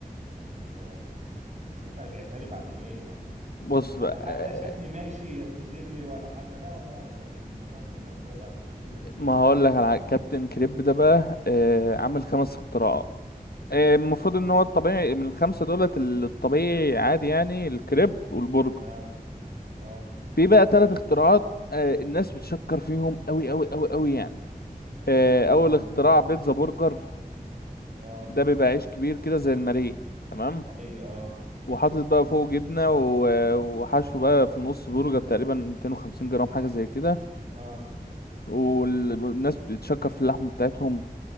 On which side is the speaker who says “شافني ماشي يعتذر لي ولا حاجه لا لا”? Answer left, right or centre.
Right